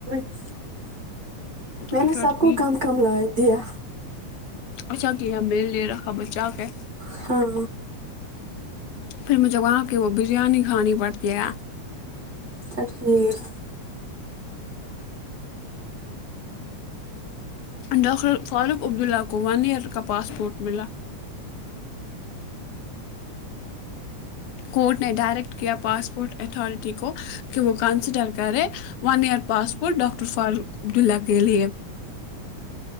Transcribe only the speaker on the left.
اچھا
ٹھیک
اچھا کیا میرے لیے رکھا بچہ کے
پھر مجھے وہاں کی وہ بریانی کھانی پڑتی ہے
ڈاکٹر فاروق عبداللہ کو ون ایئر کا پاسپورٹ ملا کورٹ نے ڈائریکٹ کیا پاسپورٹ اتھارٹی کو کہ وہ کنسیڈر کرے one year passport doctor Farooq Abdullah کے لیے